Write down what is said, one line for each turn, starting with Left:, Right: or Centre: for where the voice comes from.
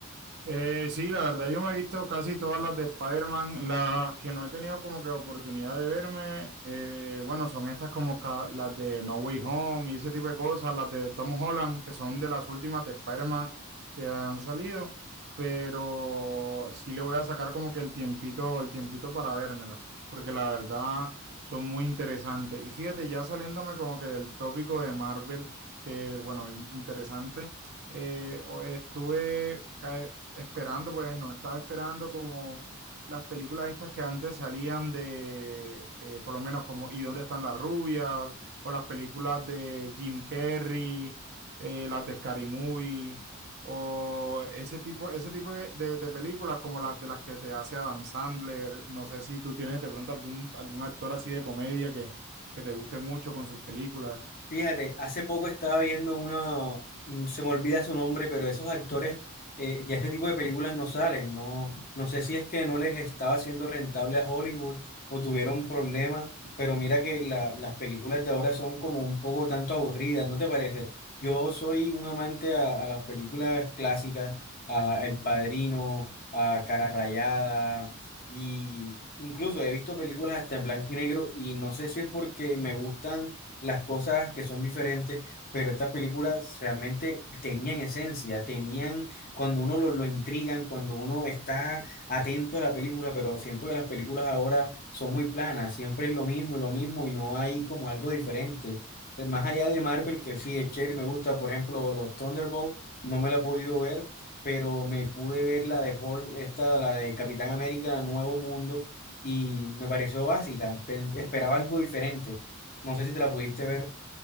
Right: Eh, sí, la verdad, yo me he visto casi todas las de Spider-Man. Las que no he tenido como que oportunidad de verme, eh, bueno, son estas como ca- las de No Way Home y ese tipo de cosas, las de Tom Holland, que son de las últimas de Spider-Man que han salido, pero sí le voy a sacar como que el tiempito, el tiempito para vérmela, porque la verdad son muy interesantes. Y fíjate, ya saliéndome como que del tópico de Marvel, que bueno, in- interesante, eh, o- estuve... eh, esperando, pues nos estaba esperando como las películas estas que antes salían de, eh, por lo menos como ¿Y dónde están las rubias? o las películas de Jim Carrey, eh, las de Scary Movie, o ese tipo, ese tipo de, de- de películas como las de las que te hace Adam Sandler. No sé si tú tienes de pronto algún, algún actor así de comedia que, que te guste mucho con sus películas.
Left: Fíjate, hace poco estaba viendo uno, mm, se me olvida su nombre, pero esos actores, eh, ya ese tipo de películas no salen, no, no sé si es que no les estaba siendo rentable a Hollywood o tuvieron problemas, pero mira que la- las películas de ahora son como un poco tanto aburridas, ¿no te parece? Yo soy un amante a, a las películas clásicas, a El Padrino, a Cara Rayada, y incluso he visto películas hasta en blanco y negro, y no sé si es porque me gustan las cosas que son diferentes, pero estas películas realmente tenían esencia, tenían, cuando uno lo, lo intrigan, cuando uno está atento a la película, pero siento que las películas ahora son muy planas, siempre es lo mismo y lo mismo y no hay como algo diferente. Eh, Más allá de Marvel, que sí, es chévere, me gusta, por ejemplo, los Thunderbolts, no me la he podido ver, pero me pude ver la de Hulk, esta, la de Capitán América, Nuevo Mundo, y me pareció básica, pe- esperaba algo diferente. No sé si te la pudiste ver.